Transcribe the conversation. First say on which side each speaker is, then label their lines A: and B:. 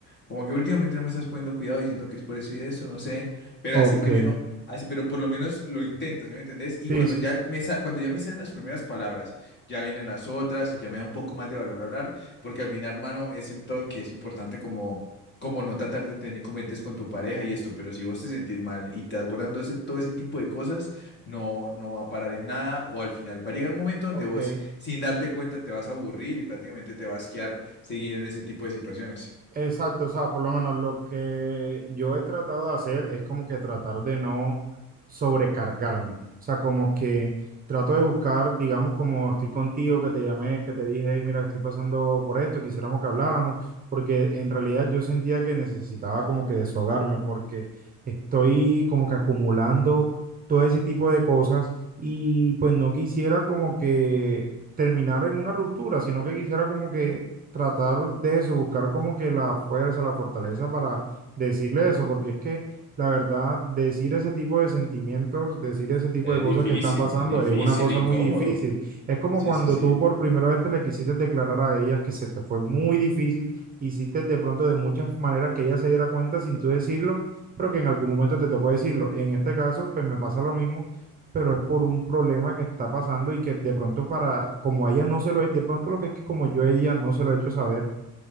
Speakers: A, on the left; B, on the right.
A: como que últimamente no me estás poniendo cuidado y siento que es por eso y eso, no sé. Pero
B: Ok,
A: así primero, así, pero por lo menos lo intento, ¿sí me entendés? Y
B: sí,
A: cuando
B: sí,
A: ya me, sa- cuando ya me salen las primeras palabras, ya vienen las otras y ya me da un poco más de valor hablar, porque al final, hermano, es siento que es importante como, como no tratar de tener comentes con tu pareja y esto, pero si vos te sentís mal y te estás guardando ese, todo ese tipo de cosas, no, no va a parar en nada o al final va a llegar un momento donde
B: ok.
A: vos, sin darte cuenta, te vas a aburrir y prácticamente te vas a quedar seguir en ese tipo de situaciones.
B: Exacto, o sea, por lo menos lo que yo he tratado de hacer es como que tratar de no sobrecargarme, o sea, como que trato de buscar, digamos, como estoy contigo, que te llamé, que te dije, hey, mira, estoy pasando por esto, quisiéramos que habláramos, porque en realidad yo sentía que necesitaba como que deshogarme, porque estoy como que acumulando todo ese tipo de cosas y pues no quisiera como que terminar en una ruptura, sino que quisiera como que tratar de eso, buscar como que la fuerza, la fortaleza para decirle eso, porque es que la verdad, decir ese tipo de sentimientos, decir ese tipo
A: Es
B: de cosas
A: difícil,
B: que están pasando
A: es difícil
B: es una cosa
A: e incómodo.
B: muy difícil. Es como
A: Sí,
B: cuando
A: sí, sí.
B: tú por primera vez te le quisiste declarar a ella que se te fue muy difícil, hiciste de pronto de muchas maneras que ella se diera cuenta sin tú decirlo, pero que en algún momento te tocó decirlo. En este caso, pues me pasa lo mismo pero es por un problema que está pasando y que de pronto para, como a ella no se lo, he- de pronto lo que es que como yo a ella no se lo he hecho saber,